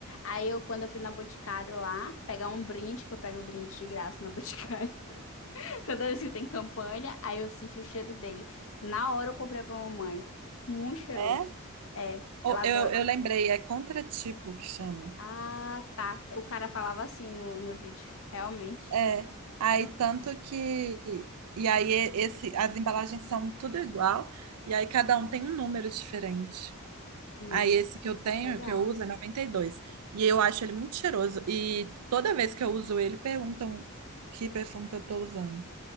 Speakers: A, on the left; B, on the right.
A: Aí eu, quando eu fui na Boticário lá, pegar um brinde, que eu pego brinde de graça na Boticário, <laughs> toda vez que tem campanha, aí eu senti o cheiro dele. Na hora eu comprei pra mamãe. Muito cheiroso.
B: É?
A: É,
B: Ou-
A: ela adora,
B: Eu, eu lembrei, é contratipo que chama.
A: Ah, tá. O cara falava assim no, no vídeo, realmente.
B: É, aí tanto que e aí e- esse as embalagens são tudo igual e aí cada um tem um número diferente.
A: Nossa,
B: Aí esse que eu tenho,
A: legal.
B: que eu uso é 92. E dois. E eu acho ele muito cheiroso e toda vez que eu uso ele perguntam que perfume que eu tô usando.